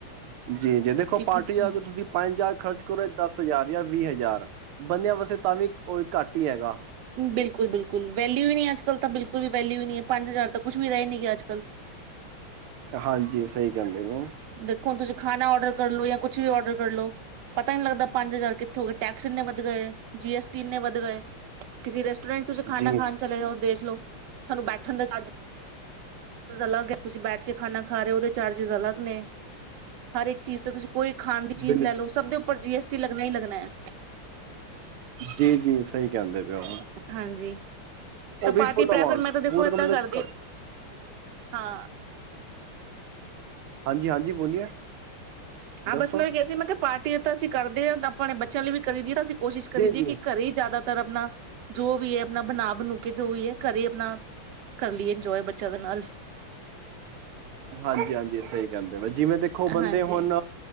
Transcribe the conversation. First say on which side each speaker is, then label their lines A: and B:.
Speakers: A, on the right; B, on the right.
A: ਜੀ ਜੀ ਦੇਖੋ
B: ਕਿਉਂਕਿ
A: ਪਾਰਟੀ ਆ ਕੇ ਤੁਸੀਂ ਪੰਜ ਚਾਰ ਖਰਚ ਕਰੋ ਦਸ ਹਜ਼ਾਰ ਜਾਂ ਵੀਹ ਹਜ਼ਾਰ ਬੰਦਿਆਂ ਵਾਸਤੇ ਤਾਂ ਵੀ ਉਹ ਘੱਟ ਹੀ ਹੈਗਾ
B: ਬਿਲਕੁਲ ਬਿਲਕੁਲ ਵੈ ਵੇਲਉ ਹੀ ਨੀ ਅਜ ਕੱਲ ਤਾਂ ਬਿਲਕੁਲ ਵੀ ਵੈਲਿਊ ਹੀ ਹੈ ਪੰਜ ਹਜ਼ਾਰ ਤਾਂ ਕੁੱਛ ਵੀ ਰਹੇ ਨੀ ਗਿਆ ਅੱਜਕਲ
A: ਹਾਂਜੀ ਸਹੀ ਕਹਿੰਦੇ ਓ
B: ਦੇਖੋ ਹੁਣ ਤੁਸੀਂ ਖਾਣਾ ਆਰਡਰ ਕਰਲੋ ਜਾਂ ਕੁੱਛ ਵੀ ਆਰਡਰ ਕਰ ਲੋ ਪਤਾ ਨੀ ਲੱਗਦਾ ਪੰਜ ਹਜ਼ਾਰ ਕਿੱਥੋਂ ਹੋਏ ਟੈਕਸ ਇੰਨੇ ਵਧ ਗਏ ਜੀ ਐਸ ਟੀ ਇੰਨੇ ਵਧ ਗਏ ਕਿਸੀ ਰੈਸਟੂਰੈਂਟ ਚ ਖਾਣਾ
A: ਜੀ
B: ਖਾਣ ਚਲੇ ਜਾਓ ਦੇਖ ਲੋ ਤੁਹਾਨੂੰ ਬੈਠਣ ਦਾ ਚਾਰਜ ਅਲੱਗ ਹੈ ਤੁਸੀਂ ਬੈਠ ਕੇ ਖਾਣਾ ਖਾ ਰਹੇ ਹੋ ਉਹਦੇ ਚਾਰਜਸ ਅਲੱਗ ਨੇ ਹਰ ਇੱਕ ਚੀਜ਼ ਤੇ ਤੁਸੀਂ ਕੋਈ ਖਾਣ ਦੀ
A: ਬਿਲਕੁਲ
B: ਚੀਜ਼ ਲੈ ਲਓ ਸਭ ਉੱਪਰ ਜੀ ਐਸ ਲੱਗਣਾ ਹੀ ਲੱਗਣਾ ਹੈ
A: ਜੀ ਜੀ ਸਹੀ ਕਹਿੰਦੇ ਪਏ ਹੋ
B: ਹਾਂਜੀ ਤਾਂ
A: ਉਹ ਵੀ
B: ਪਾਰਟੀ
A: ਫੁਲ
B: ਪ੍ਰੈਫਰ
A: ਅਮਾਊਂਟ
B: ਮੈਂ ਤਾਂ
A: <unintelligible>
B: ਦੇਖੋ ਏਦਾਂ ਕਰਦੀ ਹਾਂ
A: ਹਾਂਜੀ ਹਾਂਜੀ ਬੋਲੀਏ
B: ਹਾਂ
A: ਦੱਸੋ
B: ਬਸ ਮੈਂ ਕੈਸੀ ਮਤਲਬ ਪਾਰਟੀ ਤਾਂ ਅਸੀਂ ਕਰਦੇ ਹਾਂ ਤਾਂ ਆਪਣੇ ਬੱਚਿਆਂ ਲਈ ਵੀ ਕਰੀ ਦੀ ਅਸੀਂ ਕੋਸ਼ਿਸ਼ ਕਰੀਦੀ
A: ਜੀ ਜੀ
B: ਹੈ ਕਿ ਘਰੇ ਹੀ ਜ਼ਿਆਦਾ ਆਪਣਾ ਜੋ ਵੀ ਹੈ ਆਪਣਾ ਬਣਾ ਬਣੂ ਕੇ ਜੋ ਵੀ ਹੈ ਘਰੇ ਆਪਣਾ ਕਰ ਲਈਏ ਇੰਜੋਏ ਬੱਚਿਆਂ ਦੇ ਨਾਲ
A: ਹਾਂਜੀ ਹਾਂਜੀ ਸਹੀ ਕਹਿੰਦੇ ਜਿਵੇਂ ਦੇਖੋ ਬੰਦੇ
B: ਹਾਂਜੀ
A: ਹੁਣ